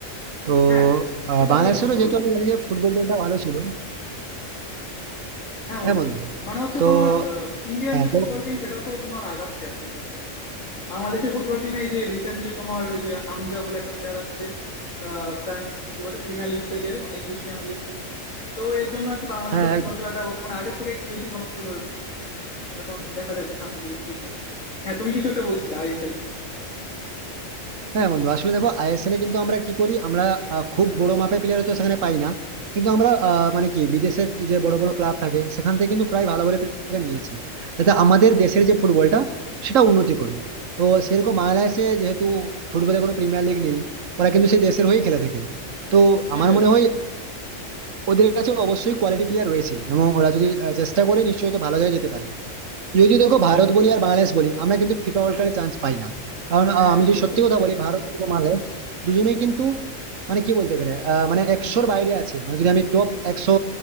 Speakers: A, on the right; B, on the left.
A: তো
B: হ্যাঁ
A: আহ,
B: সেটা
A: বাংলাদেশেরও
B: বেশ ভালো
A: যেহেতু আমি জানি যে ফুটবল দলটা ভালো ছিল
B: হ্যাঁ
A: হ্যাঁ
B: বন্ধু
A: বন্ধু
B: মানে হচ্ছে
A: তো
B: তোমার ইন্ডিয়ান
A: হ্যাঁ
B: যে
A: তো-
B: ফুটবল টিম সেটাও তো তোমার আগাচ্ছে আর কি বর্তমানে বাংলাদেশের ফুটবল টিমে এই যে রিসেন্টলি তোমার এই যে হামজা বলে একটা প্লেয়ার আসছে আহ, প্রাইম কি বলে প্রিমিয়ার লিগ থেকে মানে ইংলিশ প্রিমিয়ার লিগ থেকে তো এর জন্য আর কি বাংলাদেশের
A: হ্যাঁ
B: ফুটবল খেলাটা বর্তমানে আগের থেকে একটু বেশি জনপ্রিয় হয়ে উঠছে এখন দেখা যাক যে সামনের দিকে কি হয় হ্যাঁ তুমি কিছু একটা বলছিলে আইএসএল নিয়ে
A: হ্যাঁ বন্ধু আসলে দেখো আইএসএল এ কিন্তু আমরা কি করি আমরা আহ, খুব বড় মাপের প্লেয়ার তো সেখানে পাই না কিন্তু আমরা আহ, মানে কি বিদেশের যে বড় বড় ক্লাব থাকে সেখান থেকে কিন্তু প্রায় ভালো ভালো প্লেয়ারকে নিয়ে আসি যাতে আমাদের দেশের যে ফুটবলটা সেটা উন্নতি করুক তো সেরকম বাংলাদেশে যেহেতু ফুটবলে কোনো প্রিমিয়ার লিগ নেই ওরা কিন্তু সেই দেশের হয়েই খেলে থাকে তো
B: সেটাই
A: আমার মনে হয় ওদের কাছে অবশ্যই কোয়ালিটি প্লেয়ার রয়েছে এবং ওরা যদি আহ, চেষ্টা করে নিশ্চয়ই তো ভালো জায়গায় যেতে পারে যদিও দেখো ভারত বলি আর বাংলাদেশ বলি আমরা কিন্তু ফিফা ওয়ার্ল্ড কাপে চান্স পাই না কারণ
B: হ্যাঁ
A: আহ, আমি যদি
B: সেটাই
A: সত্যি কথা বলি ভারত এবং বাংলাদেশ দুজনেই কিন্তু মানে কি বলতে গেলে আহ, মানে একশোর বাইরে আছে মানে যদি আমি টপ একশো